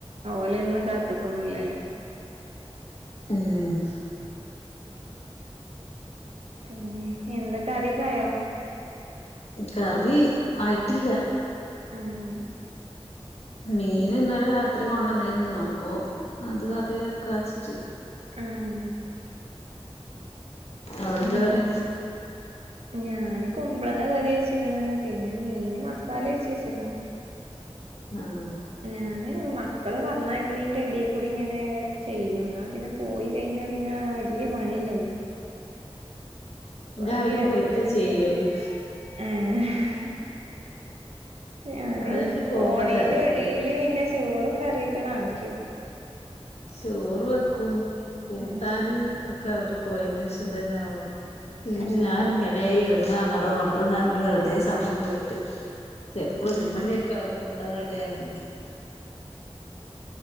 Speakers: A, on the right; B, on the left.
A: ഓലെന്നും കാത്തുക്കൊന്നുല്ലല്ലോ
B: ഉം
A: പിന്നെ എന്താ കറിക്കായോ?
B: കറി ആയിട്ടില്ല
A: ഉം
B: മീന്
A: മി
B: ഇന്നലരാ രാത്രി കൊണ്ടന്നീര്ന്നു അപ്പോ അത് കറി വെക്കാച്ചിട്ട്
A: ഉം
B: അവിടെ എന്താ
A: മീ
B: കറി
A: ഞാന് കുമ്പളങ്ങ കറി വെച്ക്ണ് പിന്നെ മീന് മസാല തേച്ചെച്ച്ക്ണ്.
B: ആഹ്
A: ഞാന് മക്കളെ പറഞ്ഞയക്കണീന്റെ എടീ കൂടെങ്ങനെ ചെയ്യും എന്നാ പിന്നെ പോയി കഴിഞ്ഞ പിന്നെ ആ വല്യ പണില്ലല്ലോ?
B: ഞാൻ
A: ആഹ്
B: അവര്
A: ഗ്യാപ്പിലിങ്ങനെ
B: പോയിട്ടേ ചെയ്യുള്ളൂ
A: ചെയ്യും ഏഹ് ഞാന്
B: അവരന്നെ പോകുമ്പോ
A: പോണീന്റെടീല്
B: തിരക്കായിക്കാരം
A: പിന്നെ ചോറും കറിയൊക്കെ ണ ആക്കിക്കും.
B: ചോറ് വെക്കും കൂട്ടാന്
A: ഉം
B: ഒക്കെ അവര് പോയന്റെഷം തന്നെ ആവോളളു.
A: ഉം
B: ഞാനിങ്ങനെ ഇരുന്ന് അങ്ട്ടും ഇങ്ട്ടുന്ന് പറഞ് വെറുതെ സമയം പോയിട്ട് ചെലപ്പോ
A: ഉം
B: ഒരു മണിയൊക്കെയാവും കൂട്ടാൻ റടിയാവണെങ്കി